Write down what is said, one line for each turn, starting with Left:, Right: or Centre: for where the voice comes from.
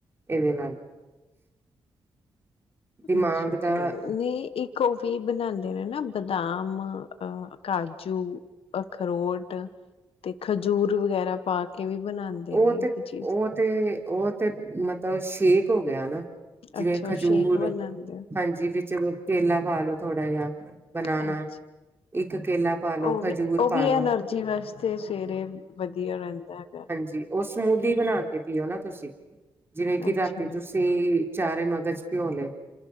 Right: ਇਹਦੇ ਨਾਲ ਦਿਮਾਗ
Left: ਅੱਛਾ
Right: ਦਾ
Left: ਜੀ ਨੀ ਇੱਕ ਇਹ ਬਣਾਉਦੇ ਨੇ ਨਾ ਬਦਾਮ ਅ ਕਾਜੂ ਅਖਰੋਟ ਤੇ ਖਜੂਰ ਵਗੈਰਾ ਪਾ ਕੇ ਕਿਵੇਂ ਬਣਾਉਂਦੇ
Right: ਉਹ
Left: ਨੇ ਇੱਕ
Right: ਤੇ
Left: ਚੀਜ਼
Right: ਉਹ ਤੇ ਉਹ ਤੇ ਮਤਲਬ ਸ਼ੇਕ ਹੋ ਗਿਆਾ ਨਾ ਜਿਵੇਂ
Left: ਅੱਛਾ
Right: ਖਜੂਰ
Left: ਸ਼ੇਕ ਬਣਾਉਂਦੇ
Right: ਹਾਂਜੀ ਵਿੱਚ ਕੇਲਾ ਪਾ ਲੋੋ ਥੋੜਾ ਜਿਹਾ ਬਨਾਨਾ
Left: ਅੱਛਾ
Right: ਇੱਕ ਕੇਲਾ ਪਾ ਲੋ
Left: ਉਹ
Right: ਖਜੂਰ
Left: ਵੀ ਉਹ
Right: ਪਾ
Left: ਵੀ
Right: ਲੋ
Left: ਐਨਰਜੀ ਵਾਸਤੇ ਸਵੇਰੇ ਵਧੀਆ ਰਹਿੰਦਾ ਹੈਗਾ
Right: ਜੀ ਉਹ ਸਮੂਦੀ ਬਣਾ ਕੇ ਪੀਓ ਨਾ ਤੁਸੀਂ ਜਿਵੇਂ ਕੀ
Left: ਅੱਛਾ
Right: ਰਾਤੀ
Left: ਜੀ
Right: ਤੁਸੀਂ ਚਾਰੇ ਮਗਜ਼ ਭਿਉਣ ਲਈ